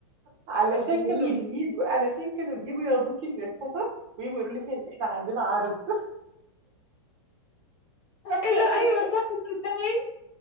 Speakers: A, on the right; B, on the left.
A: علشان
B: ابهريني
A: كانوا بيجوا علشان كانوا بيجوا ياخدوكي من الحصص ويجوا يقولوا لك احنا عندنا عرض
B: ايه
A: <laughs>
B: ده ايوه صح تصدقي